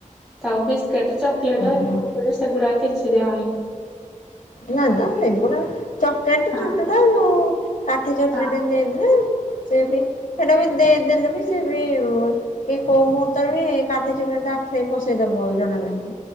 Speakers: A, in the centre; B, on the left.
A: ତାକୁ ବିସ୍କିଟ ଚକଲେଟ
B: ହୁଁ।
A: କୁରୁ କୁରୀ ସେଗୁଡାକ କିଛି ଦିଆ ହୋଉନି।
B: ନା ନା ସେଗୁଡା ଚକଲେଟ
A: ହଁ
B: ଛୋଟଟା ଯୋଉ କାଠି ଚକଲେଟ
A: ହଁ
B: ଏନ୍ ଦେଇଦେଲେ ସେ ବି ସେଟା ବି ଦେଇ ଦେଲେ ବି ସେବି କି କୋଉ ମୁହୂର୍ତ୍ତରେ ବି କାଠି ଚକଲେଟଟା ଆଖିରେ ବି ପସେଇଦବ ଜଣା ନାହିଁ।